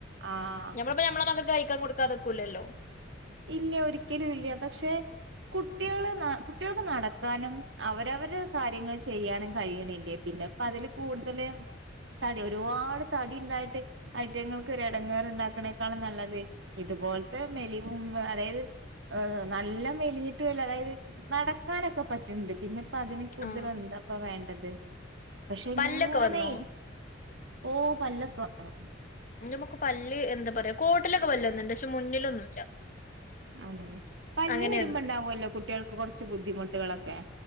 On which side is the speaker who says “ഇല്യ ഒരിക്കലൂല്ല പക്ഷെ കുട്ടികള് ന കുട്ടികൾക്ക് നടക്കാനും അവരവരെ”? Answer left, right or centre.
Right